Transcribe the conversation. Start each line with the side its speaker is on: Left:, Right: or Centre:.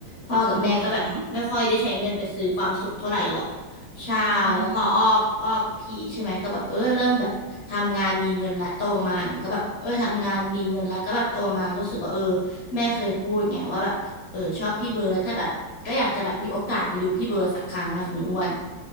Left: พ่อกับแม่ก็แบบไม่ค่อยได้ใช้เงินไปซื้อความสุขเท่าไหร่หรอก
Right: อืม
Left: ใช่แล้วพออ้ออ้อกับพี่ใช่ไหมก็แบบเออเริ่มแบบทำงานมีเงินละโตมาอย่างเงี้ยก็แบบเออทำงานมีเงินละก็แบบโตมาก็รู้สึกว่าเออ
Right: อืม
Left: แม่เคยพูดไงว่าแบบ เออชอบพี่เบิร์ดถ้าแบบก็อยากจะแบบมีโอกาสไปดูพี่เบิร์ดสักครั้งอะคุณอ้วน